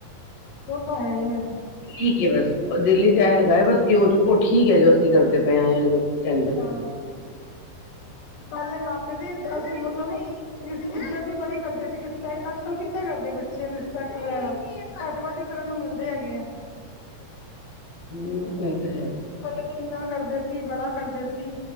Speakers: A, on the left; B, on the left.
A: ਓ ਤਾ ਹੈ ਈਐ।
B: ਠੀਕ ਐ ਬਸ, ਓ ਦਿੱਲੀ ਚ ਆਯਾ ਹੈਗਾ ਹੈ ਬਸ, ਕਿ ਓ ਓ ਠੀਕੈ ਜੋ ਅਸੀ ਕਰਦੇ ਪਏ ਆ ਯਾਂ ਜੋ। ਕਹਿੰਦੇ
A: ਹਾਂ,
B: ਪਏ
A: ਪੈਲੇ ਮਾ-ਪਿਓ ਦੇ ਅਸੀ ਮਤਲਬ ਇੱਜਤ ਵੀ ਬੜੀ ਕਰਦੇ ਸੀ, ਰਿਸਪੈਕਟ ਅੱਜ-ਕੱਲ ਕਿੱਥੇ ਕਰਦੇ ਬੱਚੇ ਰਿਸਪੈਕਟ ਵਗੈਰਾ। ਘੱਟ-ਵੱਦ ਈ ਕਰਨ ਨੂੰ ਮਿਲਦੇ ਹੈਗੇ ਆ।
B: ਹੂੰ, ਐ ਤਾਂ ਹੈ।
A: ਪੈਲੇ ਤੋਂ ਏਨਾ ਕਰਦੇ ਸੀ, ਬੜਾ ਕਰਦੇ ਸੀ।